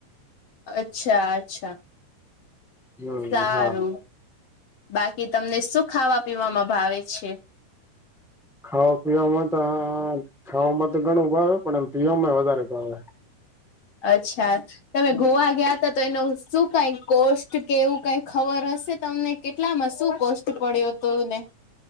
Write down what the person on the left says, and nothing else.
અચ્છા અચ્છા
સારું
બાકી તમને શું ખાવા પીવામાં ભાવે છે
અચ્છા તમે ગોવા ગયા હતા તો એનું શું કઈ કોસ્ટ કે એવું કઈ ખબર હશે તમને કેટલામાં શું કોસ્ટ પડ્યુ તું ને